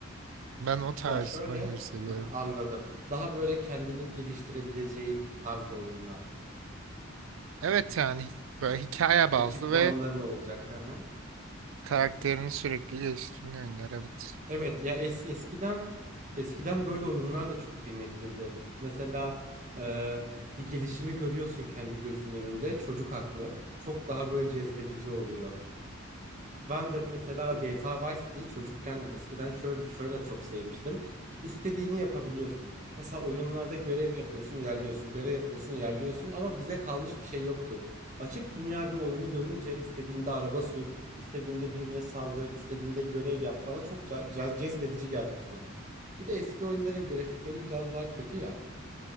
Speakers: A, on the right; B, on the right.
A: Ben o tarz
B: Ya şöyle
A: oyunları seviyorum.
B: Hı hı, anladım. Daha böyle kendini geliştirebileceğin tarzda oyunlar.
A: Evet yani hi- böyle hikaye bazlı
B: Ekipmanların
A: ve
B: olacak. Hı hı.
A: karakterini sürekli geliştiren oyunlar evet.
B: Evet ya es eskiden eskiden böyle oyunlar da çok kıymetliydi. Mesela e, bir gelişimi görüyorsun kendi gözünün önünde. Çocuk aklı çok daha böyle cezbedici oluyor. Ben de mesela GTA Vice City'yi çocukken eskiden şöyle şöyle çok sevmiştim. İstediğini yapabiliyorsun. Mesela oyunlarda görev yapıyorsun, ilerliyorsun, görev yapıyorsun, ilerliyorsun ama bize kalmış bir şey yoktu. Açık dünya bir oyunu görünce istediğinde araba sür, istediğinde birine saldır, istediğinde görev yap bana çok ca- cez- cezbedici gelmişti. Bir de eski oyunların grafikleri biraz daha kötü ya.